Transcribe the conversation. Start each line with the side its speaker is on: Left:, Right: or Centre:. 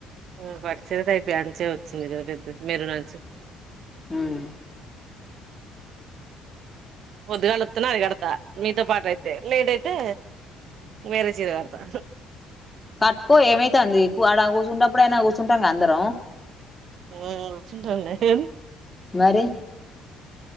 Right: ఉమ్ పట్టు చీరకయితే అంచే వచ్చింది కదా పెద్దది మేరునన్ చ్చు
Left: ఉమ్
Right: పొద్దుగాలతున్నా అది కడతా మీతో పాటఅయితే లేట్ అయితే వేరే చీర కడతా
Left: కట్టుకో ఏమైతన్ ది ఆడ కూర్చుంటప్పుడుైనా కూర్చుంటాం గా అందరం
Right: ఉమ్ కూర్చుంటంలే గాని
Left: మరి